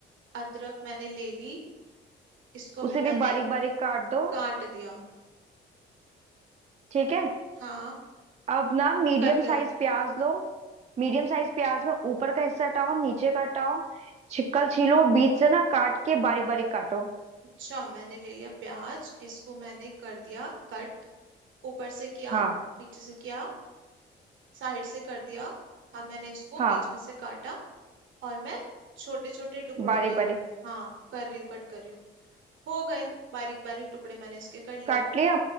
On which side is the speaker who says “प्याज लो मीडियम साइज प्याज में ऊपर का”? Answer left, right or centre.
Right